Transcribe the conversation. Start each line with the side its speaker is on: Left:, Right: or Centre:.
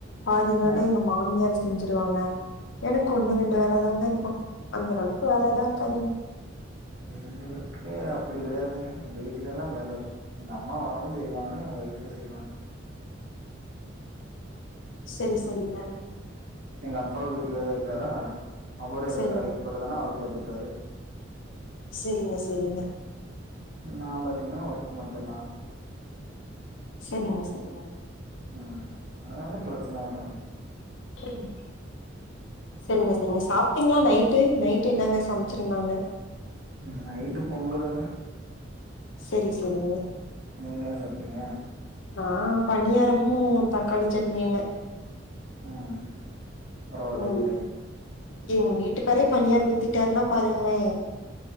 Left: பாதி வேல
Right: ஆ
Left: எங்க மாமியாரு செஞ்சிருவாங்க எனக்கு ஒண்ணு ரெண்டு வேல தாங்க இருக்கு அந்தர அளவுக்கு வேலஊ எல்லா இருக்காதுங்க
Right: எங்களுக்கு அப்டி கடையாதுங்க எங்க வீட்லல்லா வேல இருக்கு எங்க அம்மாவாவு செய்வாங்க என் ஒய்ஃபு செய்வாங்க
Left: சேரி சேரிங்க
Right: எங்க அப்பாவு வீட்ல தா இருக்காரா அவரு எதா
Left: சரிங்க.
Right: கடைக்கு போறதுன்னா அவரு பாத்துப்பாரு
Left: செரிங்க செரிங்க
Right: நா பாத்தீங்கன்னா ஒர்க்கு மட்டு தா
Left: செரிங்க செரிங்க
Right: ம் அதாங்க பிரச்சன இல்ல
Left: செரிங்க செரிங்க செரிங்க சாப்ட்டீங்ளா நைட்டு நைட்டு என்னங்க சம ச்சிருந்தாங்க
Right: ம் நைட்டு பொங்கலுங்க
Left: செரி செரிங்க
Right: நீங்க என்ன சாப்ட்டீங்க
Left: நா பனியாரமு தக்காளி சட்னியுங்க
Right: ம் பரவால்லைங்களே
Left: ம் எங்க வீட்டுக்காரே பனியார் ஊத்திட்டாருன்னா பாருங்ளே